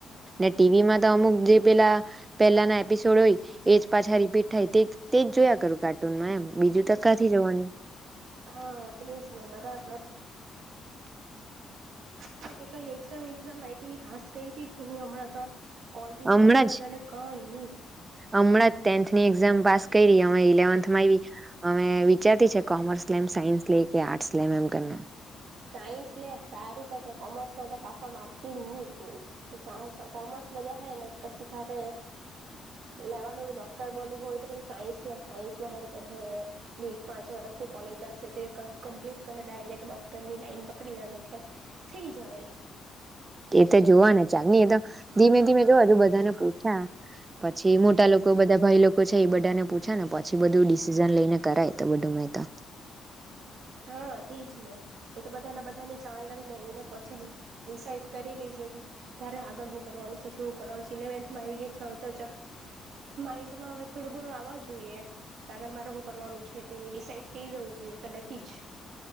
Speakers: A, on the right; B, on the right.
A: ટીવીમાં તો અમુક જે પેલા પહેલાના એપિસોડ હોય એ પાછા રપીટ. ાય તે તે જ જોયા કરું કાર્ટુનમાં એમ. બીજું તો ક્યાંથી જવાનું
B: હા તેજ ને બરાબર. <inaudible> તો કે કઈ એક્ઝામ એક્ઝામ આઈી પા કરી હતીી કે ન હમણાં તો. કોલ બી
A: હમણાં
B: ની થયો
A: જ
B: તને કઈ ની
A: હમણાં જ ટેન્થની એક્ઝામ પાસ. કઈ ર અ ઇલેવન્થમાં આવી. અમે વિચારતી છે કોમર્સ લેમ સાયન્સ લે કે આર્ટસ લેમ એમ કરીનેમ.
B: સાઈન્સ લ સારું પાછ <unintelligible> કોમર્સમાં તો ફાફા મારતી જ નહ તું સા કોમર્સમાં જ હ ને પછી તારે. હ <unintelligible> લેવાનું ડોક્ટર બનવું હોય તો પછી સાયન્સ લે સાયન્સમાં સારું પડે પાંચ વર્ષની. કોલેજશે કમપ્લીટ ડાયરેક્ટ ડો. ની લાઈન પકડી લે ત્યા થઈ જવા એ.
A: એ તો જોવા ચાલ હી એ તો ધીમે ધીમે જોવાજુ બધાને પૂછા. પછી મોટા લોકો બધા ભાઈ લોકો. છે એ બધા ને પૂછે ને પછી બધું ડિસિઝન લઈને કરાય તો બધું મેં તો.
B: હા તેજ ને એ તો બધાને બધાની જાણકારી લઈને પછી જ ડિસઇડ કરી લે. ત ત્યારે આગળ હું કરવાનું છે કે હું કરવાનું ઇલેવન્થમાં આવી ગય છે હવે તો ચક. માઇન્ડ માં હવે થોડું ઘણું આવવા જોઈએ. આગળ મારે હું કરવાનું છે તે ડિસાઈડ થઈ જવું જોઈએ પેલે થી જ.